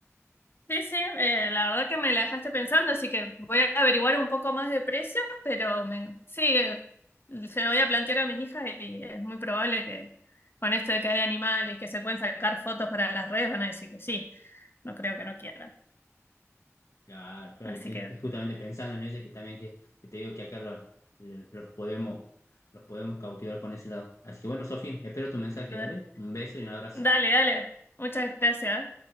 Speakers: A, on the left (about 45°); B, on the left (about 85°).
A: Sí, sí, eh, la verdad que me la dejaste pensando, así que voy a averiguar un poco más de precio, pero me- sí, eh, se lo voy a plantear a mis hijas y es muy probable que con esto de que hay animales y que se pueden sacar fotos para las redes van a decir que sí, no creo que no quieran.
B: Claro, claro
A: Así
B: que sí.
A: que,
B: Es justamente pensando en eso que también que, que te digo que acá los, los podemos, los podemos cautivar con ese lado. Así que bueno, Sofía, espero tu mensaje,
A: eh,
B: dale. Un beso y un abrazo.
A: dale, dale, muchas gracias.